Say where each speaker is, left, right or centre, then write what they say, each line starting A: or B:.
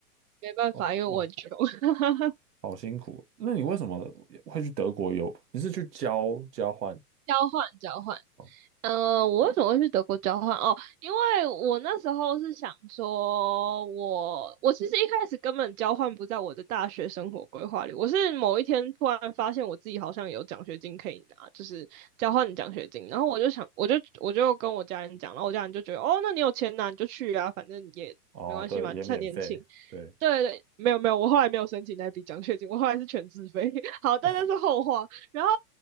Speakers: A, on the right; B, on the right.
A: 没办法，
B: 哦哦，
A: 因为我很穷。<laughs>
B: 好辛苦哦。那你为什么会去德国游？你是去交交换？
A: 交换交换。
B: 哦
A: 呃，我为什么会去德国交换？哦，因为我那时候是想说我，我其实一开始根本交换不在我的大学生活规划里，我是某一天突然发现我自己好像有奖学金可以拿，就是交换的奖学金，然后我就想，我就我就跟我家人讲，然后我家人就觉得，哦，那你有钱拿你就去啊，反正也没关系嘛，
B: 哦，对，也免费。
A: 趁年轻。
B: 对
A: 对，对没有没有，我后来没有申请那笔奖学金，我后来是全自费。<laughs> 好，但那是后话。
B: 哦
A: 然后